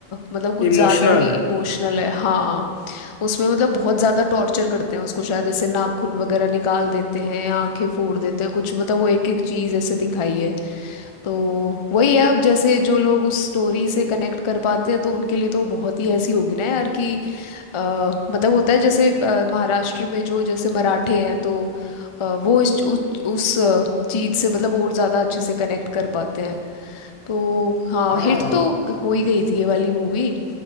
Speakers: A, on the left; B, on the left.
A: मतलब कुछ
B: इमोशनल
A: ज़्यादा ही
B: है
A: इमोशनल है हाँ उसमें मतलब बहुत ज़्यादा टॉर्चर करते हैं उसको शायद ऐसे नाखून वगैरह निकाल देते हैं आंखें फोड़ देते हैं कुछ मतलब वो एक एक चीज़ ऐसे दिखाई है तो वही है अब जैसे जो लोग उस स्टोरी से कनेक्ट कर पाते हैं तो उनके लिए तो बहुत ही ऐसी होगी ना यार कि अ, मतलब होता है जैसे अ, महाराष्ट्र में जो जैसे मराठे हैं तो अ, वो इस उस, उस चीज़ से मतलब और ज़्यादा अच्छे से कनेक्ट कर पाते हैं तो हाँ
B: हाँ
A: हिट तो ग- हो ही गई थी ये वाली मूवी